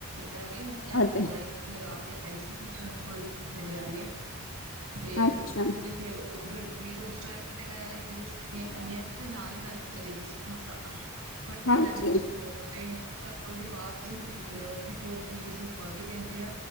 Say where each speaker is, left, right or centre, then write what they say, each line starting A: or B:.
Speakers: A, on the right; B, on the left.
A: ਮੈਂ ਵੀ ਹੁਣੇ ਆਪਣਾ
B: ਹਾਂਜੀ
A: ਚੱਕਰ ਲਗਾ ਕੇ। ਆਈ ਸੀ ਸਿਸਟਰ ਕੋਲ ਜੰਡਿਆਲੇ ਤੇ
B: ਅੱਛਾ
A: ਉਥੋਂ ਦੀ ਫੇਰ। ਹੋਰ ਫੇਰ ਗਰਮੀ ਤੇ ਉਸ ਟਾਈਮ ਤੇ ਮੈਂ ਜਦੋਂ ਛੁੱਟੀਆਂ ਪਈਆਂ ਸੀ ਤੇ ਨਾਲ ਹੀ ਨਾਲ ਚਲੀ ਗਈ ਸੀ ਮਾਤਾ। ਬੜੀ
B: ਹਾਂਜੀ
A: ਗਰਮੀ ਸੀ ਉਹ ਤੇ। ਉਹਦੀ ਬਾਹਰ ਵੀ ਨਹੀਂ ਨਿਕਲਿਆ ਉੱਥੇ ਮੇਰੀ ਭੂਆ ਵੀ ਰਹਿੰਦੇ ਆ।